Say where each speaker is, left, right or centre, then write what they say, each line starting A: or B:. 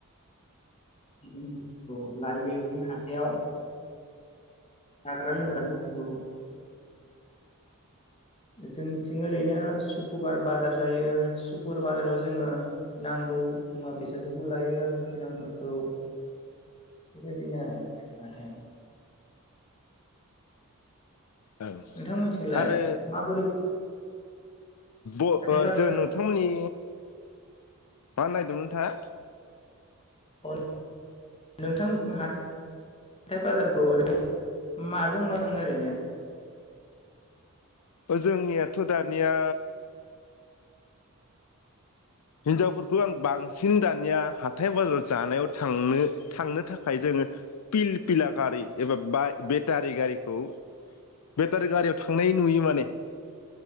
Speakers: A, on the left (about 25°); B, on the left (about 85°).
A: <inaudible> लायो बेबायदिनो हाथायाव जाग्रा लोंग्राफोरखौ जोंनि थिं ओरैनो सुक्रुबार बाजार जायो सुक्रुबार बाजाराव जोंङो नांगौ मुवा बेसादफोरखौ लायो गोनांफोरखौ बेबायदिनो आरो नाथाय
B: औ
A: नोंथांमोननिथिंलाय
B: आरो
A: माबोरै
B: अ
A: हाथाय बाजार
B: जो नोंथांमोननि मा होननायदोंमोन नोंथांङा?
A: <unintelligible> नोंथांमोनिथिं हा थाय बाजारखौ ओरैनो माजों मा थांङो ओरैनो
B: जोंनियाथ' दानिया हिनजावफोरखौ आं बांसिन दानिया हाथाय बाजार जानायाव थांनो थांनो थाखाय जोंङो पिल पिला गारि एबा बा बेटारि गारिखौ बेटारि गारियाव थांनाय नुयो माने ।